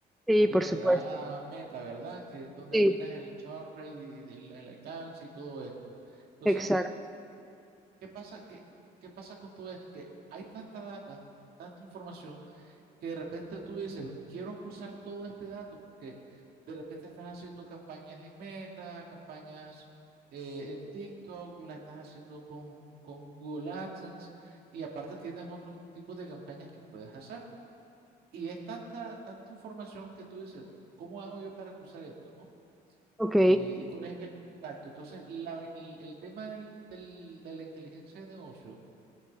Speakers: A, in the centre; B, on the right.
A: Sí,
B: o
A: por
B: que te
A: supuesto.
B: da Meta, ¿verdad? Que es donde
A: Sí,
B: miras el churn rate, y el el alcance y todo esto. Entonces,
A: exacto.
B: ¿Qué pasa, qué, qué pasa con todo esto? Que hay tanta data, tanta información, que de repente tú dices, quiero cruzar todo este dato, porque de repente estás haciendo campañas en Meta, campañas eh, en TikTok, la estás haciendo con, con Google AdSense, y aparte tienes otros tipos de campañas que puedes hacer. Y es tanta, tanta información que tú dices, ¿cómo hago yo para cruzar esto, no?
A: Ok,
B: Eh, ¿y cuál es el impacto? Entonces, la- el, el tema del- del- de la inteligencia de negocio